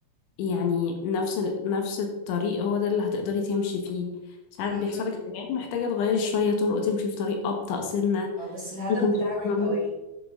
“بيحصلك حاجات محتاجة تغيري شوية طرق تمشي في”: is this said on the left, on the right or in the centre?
Left